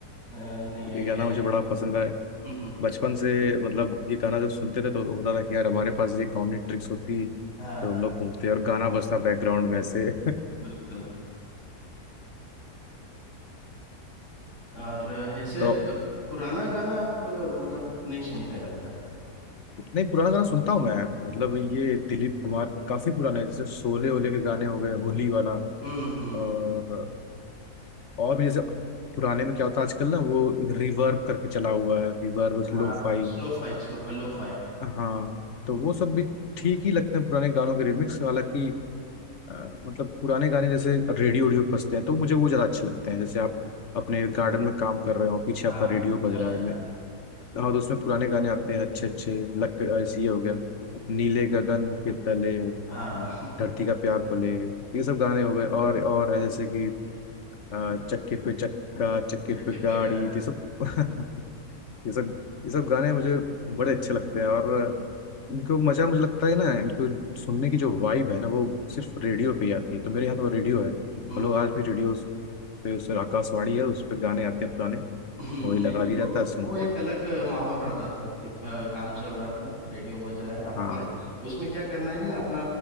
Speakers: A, on the left (about 85°); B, on the left (about 50°).
A: अ, नहीं आइडिया
B: ये गाना मुझे बड़ा पसंद है
A: नहीं
B: बचपन से मतलब ये गाना जब सुनते थे तो होता था कि यार हमारे पास ये कॉमेडी ट्रिक्स होती तो
A: <laughs> हाँ
B: हम लोग घूमते और गाना बजता बैकग्राउंड में से
A: बिल्कुल और
B: <laughs>
A: जैसे
B: तो
A: पुराना गाना आप मतलब नहीं सुनते लगता है
B: नहीं पुराना गाना सुनता हूँ मैं मतलब ये दिलीप कुमार के काफी पुराने हैं, जैसे शोले ओले के गाने हो गए होली वाला
A: हम्म हम्म
B: और और भी जैसे पुराने में क्या होता है आजकल ना वो रिवर्ब करके चला हुआ है रिवर्ब
A: हाँ
B: लो फाई
A: slow fi slow fi lo fi
B: हाँ
A: हम्म,
B: तो वो सब भी ठीक ही लगते हैं पुराने गानों के रिमिक्स हालांकि अ, मतलब पुराने गाने जैसे रेडियो ओडियो पे बजते हैं तो मुझे वो ज्यादा अच्छे लगते हैं जैसे आप अपने गार्डन में काम कर रहे हो पीछे
A: हाँ
B: आपका रेडियो बज
A: बज
B: रहा
A: रहा
B: है मैं-
A: है
B: हाँ तो उसमें पुराने गाने आते हैं अच्छे अच्छे लक ऐसे ये हो गया नीले गगन के तले
A: हाँ <laughs>
B: धरती का प्यार पले ये सब गाने हो गए और और है जैसे कि अ, चक्के पे चक्का चक्के
A: चक्के
B: पे गाड़ी
A: पे गाड़ी
B: तो ये सब <laughs> ये सब ये सब गाने मुझे बड़े अच्छे लगते हैं और इनको मजा मुझे लगता है ना इनको सुनने की जो वाइब है ना वो सिर्फ रेडियो पे ही आती है तो मेरे यहाँ तो रेडियो है हम
A: हम्म,
B: लोग आज भी रेडियो पे उस आकाशवाणी है उस पर गाने आते हैं पुराने
A: हम्म,
B: वही लगा
A: नहीं नहीं
B: दिया
A: वो
B: जाता है सुनते
A: वो एक
B: हैं
A: अलग अ, माहौल रहता था कि अ, काम चल रहा है अपना रेडियो बज रहा है आप
B: हाँ
A: और उसमें क्या करना है कि ना अपना